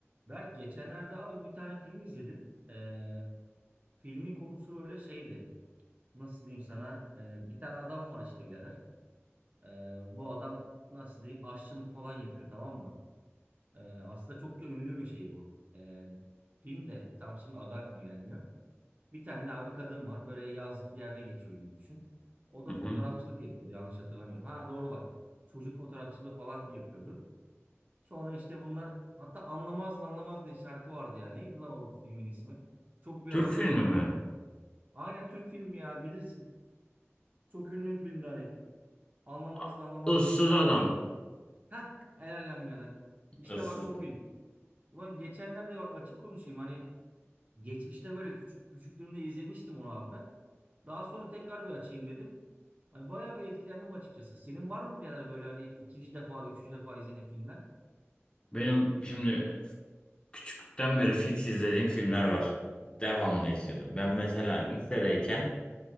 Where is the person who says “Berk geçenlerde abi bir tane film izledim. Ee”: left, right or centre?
Right